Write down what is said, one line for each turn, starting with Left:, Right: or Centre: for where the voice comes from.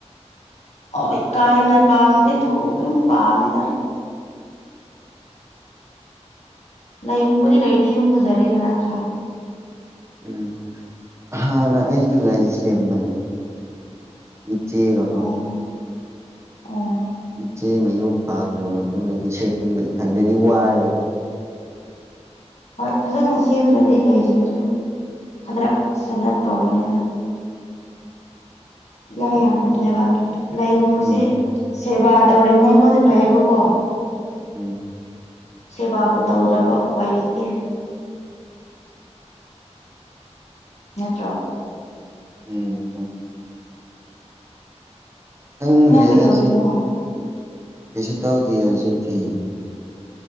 Left: ꯑꯣ ꯀꯥ ꯍꯦꯟꯅ ꯄꯥꯝꯗꯦ ꯑꯗꯨꯕꯨ ꯑꯗꯨꯝ ꯄꯥꯝꯃꯦꯗ ꯂꯩꯒꯨꯝꯕꯗꯤ ꯂꯩꯔꯤꯗꯤ ꯌꯨꯝ ꯐꯖꯔꯦꯅ ꯅꯠꯇ꯭ꯔꯥ
Right: ꯎꯝ ꯍꯥꯟꯅ ꯑꯩꯁꯨ ꯂꯩ ꯁꯦꯝꯕꯅꯦ ꯏꯆꯦꯒ
Left: ꯑꯣ ꯑꯣ
Right: ꯏꯆꯦ ꯃꯌꯨꯝ ꯄꯥꯟꯈ꯭ꯔꯕ ꯃꯇꯨꯡꯗꯗꯤ ꯁꯦꯝꯗꯤ ꯏꯊꯟꯗꯗꯤ ꯋꯥꯏꯑꯕ
Left: ꯍꯣꯏ ꯐꯖꯅ ꯁꯦꯝꯗ꯭ꯔꯗꯤ ꯂꯩꯁꯤꯡꯁꯨ ꯐꯥꯗꯔꯛ ꯁꯗ꯭ꯔꯠ ꯇꯧꯕꯅꯤꯅ ꯌꯥ ꯌꯥꯗꯕꯅꯦꯕ ꯂꯩꯒꯨꯝꯕꯁꯦ
Right: ꯎꯝ
Left: ꯁꯦꯕꯥ ꯇꯧꯔꯤꯉꯩ ꯐꯥꯎꯗꯤ ꯐꯩꯌꯦꯕꯀꯣ
Right: ꯎꯝ
Left: ꯁꯦꯕꯥꯕꯨ ꯇꯧꯗ꯭ꯔꯕ ꯎꯄꯥꯏ ꯂꯩꯇꯦ ꯅꯠꯇ꯭ꯔꯣ
Right: ꯎꯝ ꯈꯪꯗ꯭ꯔꯦꯗꯁ
Left: ꯅꯪ ꯀꯩꯇꯧꯔꯤꯅꯣ
Right: ꯀꯩꯁꯨ ꯇꯧꯗꯦ ꯍꯧꯖꯤꯛꯇꯤ